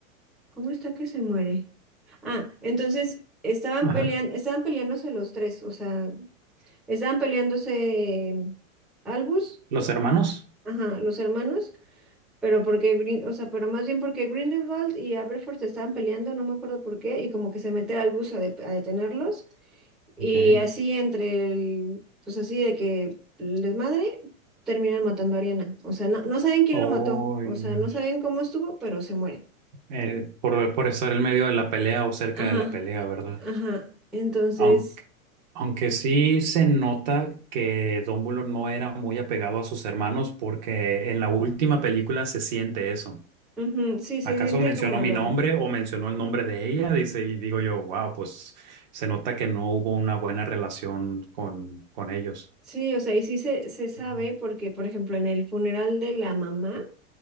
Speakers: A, in the centre; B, on the right.
A: ¿Cómo está que se muere? Ah, entonces estaban
B: Ajá.
A: peleando, estaban peleándose los tres, o sea, estaban peleándose em, Albus,
B: Los hermanos.
A: ajá, los hermanos, pero porque Grin- o sea, pero más bien porque Grindelwald y Aberforth se estaban peleando, no me acuerdo por qué, y como que se mete Albus a, de- a detenerlos, y
B: Ok.
A: así entre el, pues así de que les madre, terminan matando a Ariana. O sea, no, no saben quién
B: Oh,
A: lo mató, o
B: Dios.
A: sea, no saben cómo estuvo, pero se muere.
B: eh, por, por estar en medio de la pelea o cerca
A: Ajá,
B: de la pelea, ¿verdad?
A: ajá. Entonces,
B: Aunque, aunque sí se nota que Dumbledore no era muy apegado a sus hermanos porque en la última película se siente eso.
A: ujú, sí, se
B: ¿Acaso
A: siente
B: mencionó
A: como
B: mi
A: lo...
B: nombre o mencionó el nombre de ella? Dice, y digo yo, wow, pues se nota que no hubo una buena relación con, con ellos.
A: Sí, o sea, y sí se, se sabe
B: Ujú.
A: porque, por ejemplo, en el funeral de la mamá,